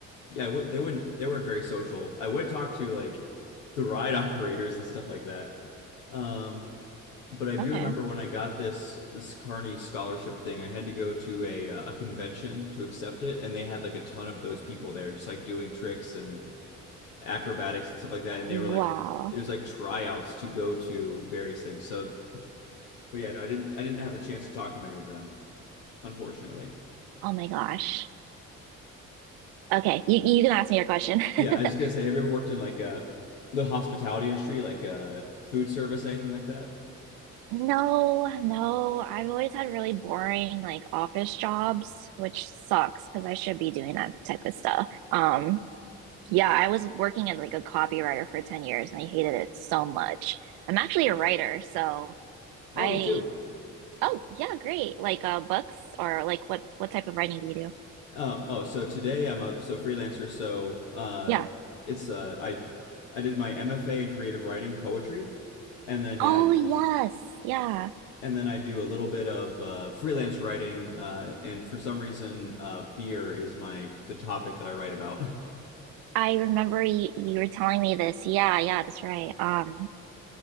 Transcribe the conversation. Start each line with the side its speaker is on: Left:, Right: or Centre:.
Left: Yeah, I would, they wouldn't. They weren't very social. I would talk to like the ride <laughs> operators and stuff like that. Um, but I do
Right: Okay.
Left: remember when I got this this Carney scholarship thing, I had to go to a uh, a convention to accept it, and they had like a ton of those people there, just like doing tricks and acrobatics and stuff like that. And
Right: Wow.
Left: they were like, it was like tryouts to go to various things. So, but yeah, no, I didn't. I didn't have the chance to talk to many of them, unfortunately.
Right: Oh my gosh. Okay, you you can ask me your question.
Left: Yeah, I was just
Right: <laughs>
Left: gonna say, have you ever worked in like a the hospitality industry, like a food service, anything like that?
Right: No, no. I've always had really boring like office jobs, which sucks because I should be doing that type of stuff. Um, yeah, I was working as like a copywriter for 10 years and I hated it so much. I'm actually a writer, so
Left: Oh,
Right: I
Left: me too.
Right: oh, yeah, great. Like uh books or like what what type of writing do you do?
Left: Oh, oh, so today I'm a so freelancer, so uh
Right: Yeah.
Left: it's uh I I did my MFA in creative writing, poetry, and then
Right: Oh,
Left: yeah, I,
Right: yes. Yeah.
Left: and then I do a little bit of uh freelance writing uh and for some reason uh beer is my the topic that I write about. <laughs>
Right: I remember you you were telling me this. Yeah, yeah, that's right. Um